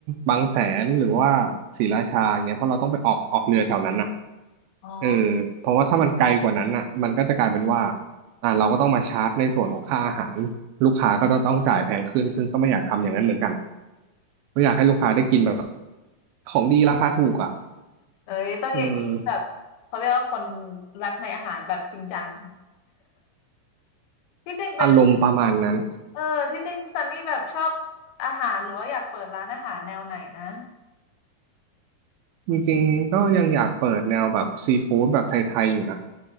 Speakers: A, on the right; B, on the left.
A: บางแสนหรือว่าศรีราชาเงี้ยเพราะเราต้องไปออกออกเรือแถวนั้นอ่ะ
B: ๋อ
A: เออเพราะว่าถ้ามันไกลกว่านั้นอ่ะมันก็จะกลายเป็นว่าอ่าเราก็ต้องมาชาร์จในส่วนของค่าอาหารลูกค้าก็จะต้องจ่ายแพงขึ้นซึ่งก็ไม่อยากทำอย่างนั้นเหมือนกันก็อยากให้ลูกค้าได้กินแบบของดีราคาถูกอ่ะ
B: เอ้ยต้องอย่างนี้แบบเขาเรียกว่าคน
A: เออ
B: รักในอาหารแบบจริงจังที่จริงเป็น
A: อารมณ์ประมาณนั้น
B: เออที่จริงซันนี่แบบชอบอาหารหรือว่าอยากเปิดร้านอาหารแนวไหนนะ
A: จริงๆก็ยังอยากเปิดแนวแบบซีฟู้ดแบบไทยๆอยู่นะ